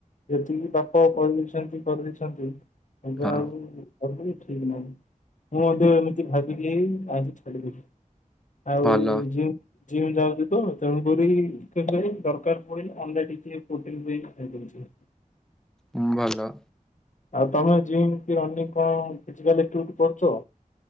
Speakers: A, on the left; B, in the centre.
A: ଯେତିକି ବାପ ପଢେଇଛନ୍ତି କରିଦେଇଛନ୍ତି ଏବେ
B: ହଁ
A: ଆଉ ହଉ ଠିକ ନାହିଁ। ମୁଁ ମଧ୍ୟ ଏମିତି ଭାବିଲି ଆଇଁଷ ଛାଡିଦେଲି। ଆଉ
B: ଭଲ
A: ଯିଉ ଜିମ୍ ଯାଉଚି ତ ତେଣୁକରି କେବେ ଦରକାର ପଡିଲେ ଅଣ୍ଡା ଟିକେ ପ୍ରୋଟିନ ଦେଇକି ଖାଇଦେଉଛି।
B: ହମ୍ ଭଲ।
A: ଆଉ ତମେ ଜିମ୍ କି ରନିଙ୍ଗ କଣ ଫିଯିକାଲ ଆକ୍ଟୀଭିଟୀ କରୁଛ?